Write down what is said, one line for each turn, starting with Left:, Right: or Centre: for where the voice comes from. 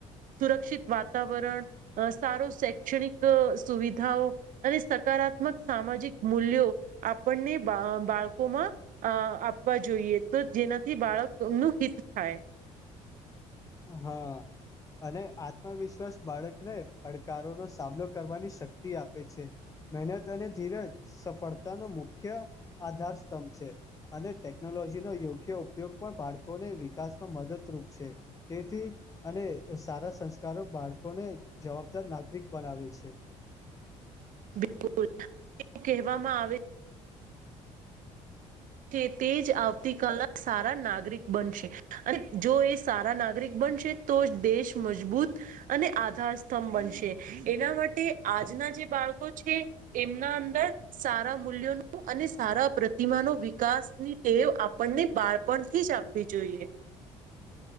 Right: સુરક્ષિત વાતાવરણ સારો શૈક્ષણિક સુવિધા અને સકારાત્મક સામાજિક મૂલ્યો આપણને બાળકોમાં આપવા જોઈએ તો જેનાથી બાળકનુંનુ હિત થાય
Left: હા અને આ આત્મવિશ્વાસ બાળકને પડકારોનોો સામનો કરવાની શક્તિ આપે છે મહેનત અને ધીરજ સફળતાનો મુખ્ય આધાર સ્તંભ છે અને ટેકનોલોજીનો યોગ્ય ઉપયોગ પણ બાળકોને વિકાસમાં મદદરૂપ છે તેથી જ અને સારા સંસ્કારો બાળકોને જવાબદાર નાગરિક બનાવે છે <inaudible>
Right: બિલકુલ એ કહેવામાં આવે છે તે જ આવતી કલના સારા નાગરિક બનશે અને જો એ સારા નાગરિક બનશે તો જ દેશ મજબૂત અને આધાર સ્તંભ બનશે એના માટે આજના જે બાળકો છે એમના અંદર સારા મૂલ્યોનું અને સારા પ્ર પ્રતિમાનો વિકાસની ટેવ આપણને બાળપણથી જ આપવી જોઈએ